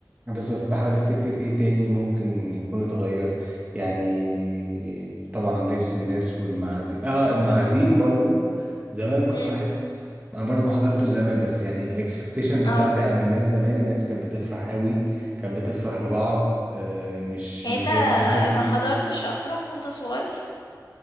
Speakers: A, on the right; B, on the left.
A: بس بف- بحاول افتكر ايه تاني ممكن يكون اتغير يعني طبعا لبس الناس والمعازيم اه المعازيم برضو زمان كنت
B: مم.
A: بحس انا برضو ما حضرتش زمان بس يعني الاكسبكتيشنز
B: اه
A: بتاعتي عن الناس زمان الناس كانت بتفرح قوي كانت بتفرح لبعض أه مش
B: يعني
A: مش
B: انت
A: زي دلوقتي
B: ما حضرتش افراح وانت صغير